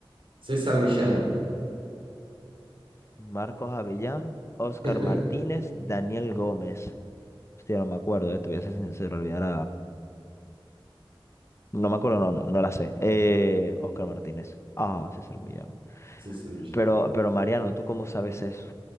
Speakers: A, on the right (about 70°); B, on the left (about 30°).
A: César Millán.
B: Marcos Avellán, Óscar
A: <laughs>
B: Martínez, Daniel Gómez. Hostia, no me acuerdo, eh, te voy a ser sincero, olvidar No me acuerdo, no, no, no la sé. Eh, Óscar Martínez. Ah, César Millán.
A: César Millán.
B: Pero, pero Mariano, ¿tú cómo sabes eso?